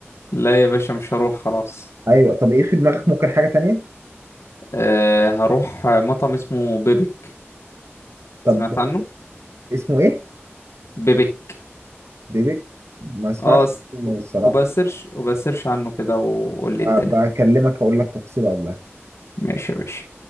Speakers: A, on the left; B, on the right.
A: لا يا باشا مش هروح خلاص
B: ايوه طب ايه في دماغك ممكن حاجه تانية
A: أه هروح مطعم اسمه بيبك
B: طب
A: سمعت عنه
B: اسمه ايه
A: بيبك
B: بيبي ما اسمعش
A: اه س-
B: اسمه الصراحه
A: وبسيرش وبسيرش عنه كده وقول لي الدنيا
B: بكلمك هقول لك تفصيله
A: ماشي يا باشا